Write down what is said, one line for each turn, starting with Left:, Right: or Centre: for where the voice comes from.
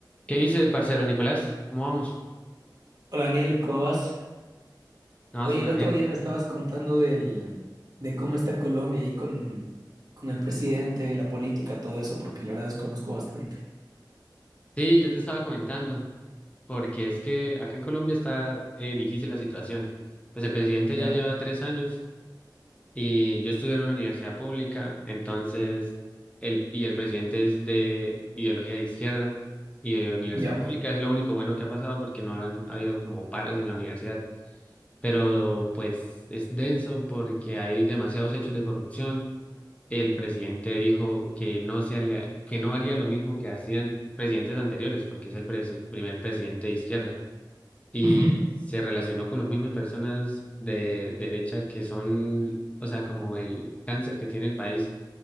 Left: ¿Qué dice el parcero Nicolás? ¿Cómo vamos?
Right: Hola Daniel, ¿cómo vas?
Left: No,
Right: Oye,
Left: súper
Right: el otro
Left: bien.
Right: día me estabas contando del, de cómo está Colombia ahí con, con el presidente, la política, todo eso, porque la verdad desconozco bastante.
Left: Sí, yo te estaba comentando, porque es que acá en Colombia está eh, difícil la situación. Pues el presidente
Right: Ya,
Left: ya lleva tres años y yo estudié en una universidad pública, entonces, el, y el presidente es de ideología de izquierda y de la universidad
Right: ya.
Left: pública es lo único bueno que ha pasado porque no han habido como paros en la universidad, pero pues es denso porque hay demasiados hechos de corrupción el presidente dijo que no se alia- que no haría lo mismo que hacían presidentes anteriores, porque es el presi- primer presidente de izquierda. Y
Right: Ujú,
Left: se relacionó con las mismas personas de derecha que son, o sea, como el cáncer que tiene el país.